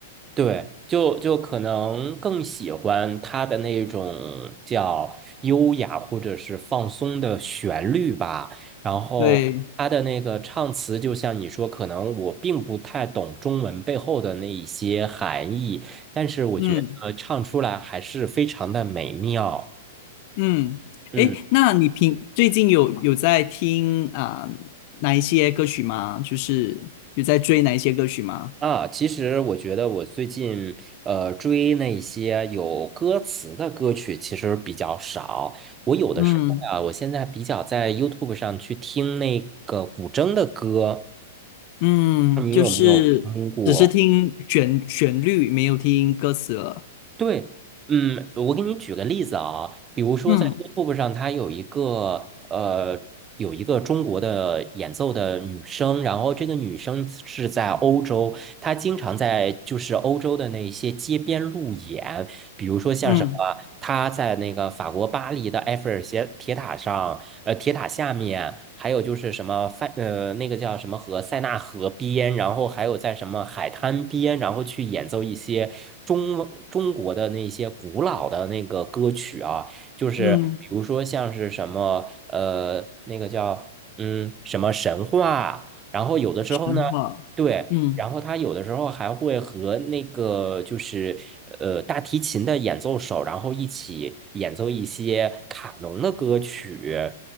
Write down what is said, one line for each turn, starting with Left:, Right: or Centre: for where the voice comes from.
Right: 对，就就可能更喜欢他的那种叫优雅或者是放松的旋律吧。然后他的那个唱词，
Left: 对。
Right: 就像你说，可能我并不太懂中文背后的那一些含义，但是我觉得唱出来还是非常的美妙。
Left: 嗯嗯，
Right: 嗯。
Left: 诶，那你平最近有有在听啊、哪一些歌曲吗？就是有在追哪一些歌曲吗？
Right: 啊，其实我觉得我最近呃追那些有歌词的歌曲其实比较少。我有的时候啊，
Left: 嗯
Right: 我现在比较在 YouTube 上去听那个古筝的歌，
Left: 嗯，
Right: 你有没有听过？
Left: 就是只是听旋旋律，没有听歌词了。
Right: 对，嗯，我给你举个例子啊，比如说在
Left: 嗯
Right: YouTube 上，它有一个呃有一个中国的演奏的女生，然后这个女生是在欧洲，她经常在就是欧洲的那些街边路演。比如说像什么，
Left: 嗯
Right: 他在那个法国巴黎的埃菲尔斜铁塔上，呃，铁塔下面，还有就是什么塞，呃，那个叫什么河，塞纳河边，然后还有在什么海滩边，然后去演奏一些中中国的那些古老的那个歌曲啊，就是比如说像是什么，
Left: 嗯，
Right: 呃，那个叫嗯什么神话啊，然后有的时候呢。
Left: 神话。
Right: 对，
Left: 嗯，
Right: 然后他有的时候还会和那个就是呃大提琴的演奏手，然后一起演奏一些卡农的歌曲，